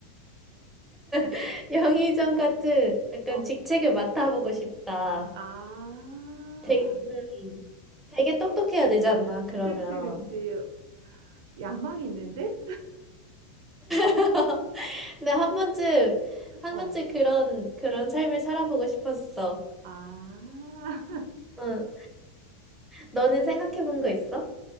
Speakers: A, in the centre; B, on the right (about 65°).
A: <laughs> 영의정 같은 약간
B: 어.
A: 직책을 맡아보고 싶다.
B: 아,
A: 되게, 음, 되게 똑똑해야 되잖아, 그러면.
B: 그치, 그치. 야망이 있는데?
A: <laughs> 근데 한 번쯤, 한
B: 어,
A: 번쯤 그런, 그런 삶을 살아보고 싶었어.
B: 아.
A: 응. 너는 생각해 본 거 있어?